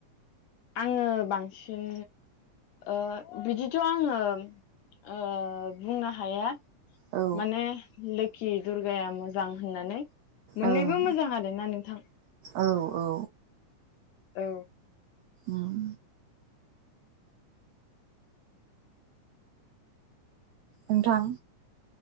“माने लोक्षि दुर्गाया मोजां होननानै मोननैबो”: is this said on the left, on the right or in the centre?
Left